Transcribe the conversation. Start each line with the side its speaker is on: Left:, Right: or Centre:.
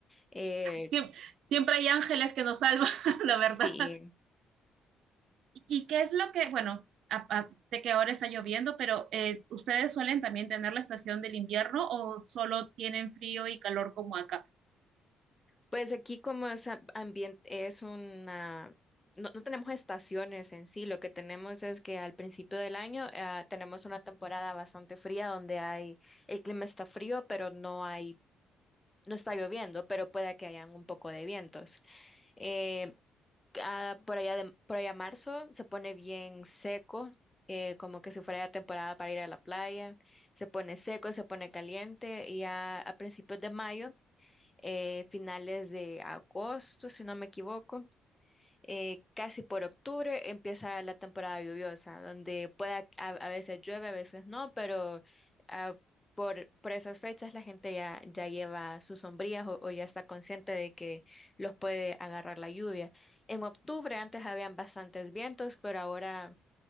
Left: eh,
Right: Siem- siempre hay ángeles que nos salvan, <laughs> la verdad.
Left: sí,
Right: ¿Y qué es lo que, bueno, a- a- sé que ahora está lloviendo, pero eh, ¿ustedes suelen también tener la estación del invierno o solo tienen frío y calor como acá?
Left: pues aquí como es a- ambiente, es una... No, no tenemos estaciones en sí, lo que tenemos es que al principio del año ah, tenemos una temporada bastante fría donde hay, el clima está frío, pero no hay, no está lloviendo, pero puede que hayan un poco de vientos. Eh, ah, por allá de, por allá marzo se pone bien seco, eh, como que si fuera ya temporada para ir a la playa, se pone seco, se pone caliente y ya a principios de mayo, eh, finales de agosto, si no me equivoco eh, casi por octubre empieza la temporada lluviosa, donde pueda, a, a veces llueve, a veces no, pero ah, por, por esas fechas la gente ya, ya lleva sus sombrillas o, o ya está consciente de que los puede agarrar la lluvia. En octubre antes habían bastantes vientos, pero ahora